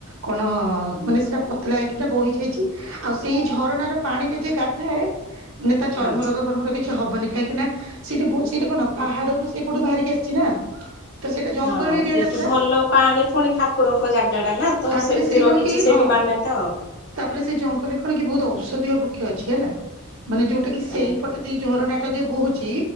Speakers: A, on the right; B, on the left.
A: କଣ ମାନେ ସେଟା ପତଲା ହେଇକି ବୋହି ଯାଇଛି। ଆଉ ସେଇ ଝରଣାର ପାଣିରେ ଯେ ଗାଧାଏ ନେ ତା ଚର୍ମରୋଗ
B: ହଁ।
A: ଫର୍ମର କିଛି କିଛି ହବନି। କାହିଁକି ନା ସେଠି ବହୁତ ସେଇଟା କଣ ପାହାଡ଼ରୁୁ ସେପଟୁ ବାହାରିକି ଆସିଛି ନା। ତ ସେଇଟା ଜଙ୍ଗଲ
B: ହଁ
A: ଏରିଆଟା
B: ସେଇଠି
A: ପୁରା।
B: ଭଲ ପାଣି ଫୁଣି ଠାକୁରଙ୍କ ଜାଗା ଟା ନା, ତ
A: ତାପରେ
B: ସେମିତି
A: ସେଠି କଣ
B: ରହିଛି
A: କି
B: ସେଇଠି
A: ହଁ
B: ମାନ୍ୟତା ଆଉ।
A: ତାପରେ ସେ ଜଙ୍ଗଲରେ କଣ କି ବହୁତ ଔଷଧୀୟ ବୃକ୍ଷ ଅଛି ହେଲା। ମାନେ ଯୋଉଟା କି ସେଇପଟେ
B: ଓହୋ
A: ଦି ଝରଣାଟା ଯୋଉ ବହୁଛି